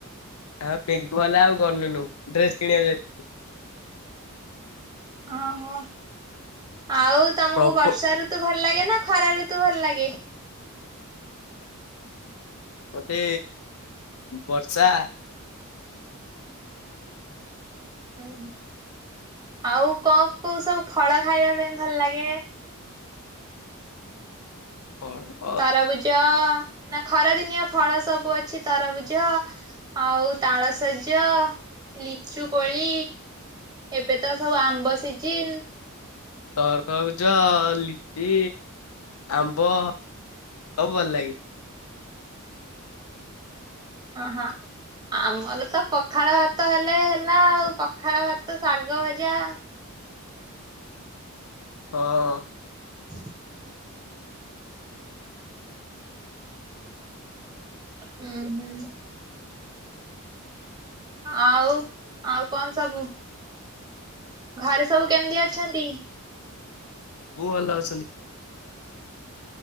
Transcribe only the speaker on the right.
ହଁ ହୋ ଆଉ ତମକୁ
ବର୍ଷା ରୁ ତୁ ଭଲ ଲାଗେ ନା ଖରା ଋତୁ ଭଲ ଲାଗେ?
<unintelligible> ଆଉ କ କୋଉ ସବୁ ଫଳ ଖାଇବା ପାଇଁ ଭଲ ଲାଗେ?
ତରଭୁଜ ନା ଖରାଦିନିଆ ଫଳ ସବୁ ଅଛି ତରଭୁଜ ଆଉ ତାଳସଜ ଲିଚୁ କୋଳି ଏବେ ତ ସବୁ ଆମ୍ବ ସିଜିନ୍।
ଅ ହଁ। ଆମର ତ ପଖାଳ ଭାତ ହେଲେ ହେଲା ଆଉ ପଖାଳ ଭାତ, ଶାଗ ଭଜା
ହ ହୁଁ-ହୁଁ। ଆଉ-ଆଉ କଣ ସବୁ ଘରେ ସବୁ କେମ୍ତି ଅଛନ୍ତି?